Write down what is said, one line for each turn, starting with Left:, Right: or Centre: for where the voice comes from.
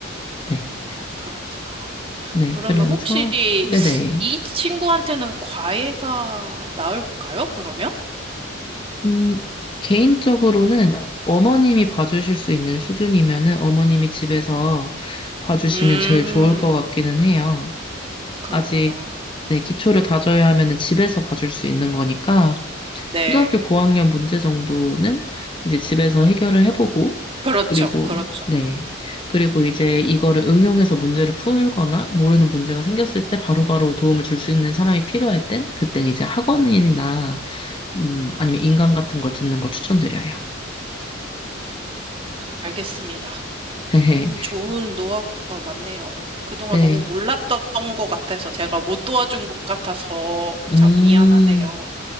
Left: 네.
Right: 그렇구나.
Left: 네,
Right: 그러면
Left: 그래서,
Right: 혹시
Left: 네네.
Right: 이 친구한테는 과외가 나을까요? 그러면?
Left: 음, 개인적으로는 어- 어머님이 봐주실 수 있는 수준이면은 어머님이 집에서 봐주시면
Right: 음,
Left: 제일 좋을 것 같기는 해요.
Right: 그렇구나.
Left: 아직 네, 기초를 다져야 하면은 집에서 봐줄 수 있는 거니까
Right: 네.
Left: 초등학교 고학년 문제 정도는 이제 집에서 해결을 해보고
Right: 그렇죠.
Left: 그리고
Right: 그렇죠.
Left: 네. 그리고 이제 이거를 응용해서 문제를 풀거나 모르는 문제가 생겼을 때 바로바로 도움을 줄 수 있는 사람이 필요할 땐 그땐 이제 학원이나 음, 아니면 인강 같은 걸 듣는 걸 추천드려요.
Right: 알겠습니다.
Left: <laughs>
Right: 너무 좋은 노하우가 많네요. 그동안
Left: 네.
Right: 너무 몰랐던 것 같아서 제가 못 도와준 것 같아서
Left: 음,
Right: 참 미안하네요.